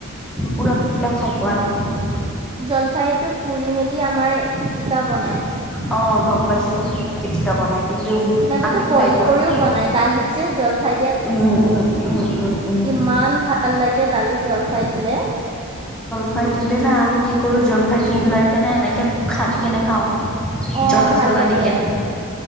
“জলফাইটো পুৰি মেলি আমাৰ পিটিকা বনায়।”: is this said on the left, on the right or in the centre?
Right